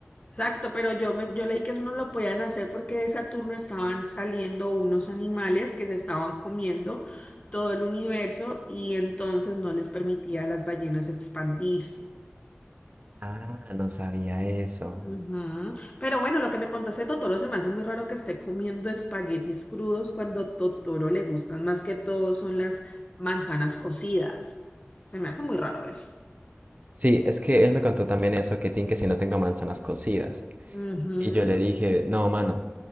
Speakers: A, on the left; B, on the right.
A: Exacto, pero yo, me, yo leí que eso no lo podían hacer porque de Saturno estaban saliendo unos animales que se estaban comiendo todo el universo y entonces no les permitía a las ballenas expandirse.
B: Ah, no sabía eso.
A: Ujú. Pero bueno, lo que me contaste de Totoro se me hace muy raro que esté comiendo espaguetis crudos cuando Totoro le gustan más que todo son las manzanas cocidas. Se me hace muy raro eso.
B: Sí, es que él me contó también eso, que tin, que si no tengo manzanas cocidas.
A: Ujú.
B: Y yo le dije, no, mano.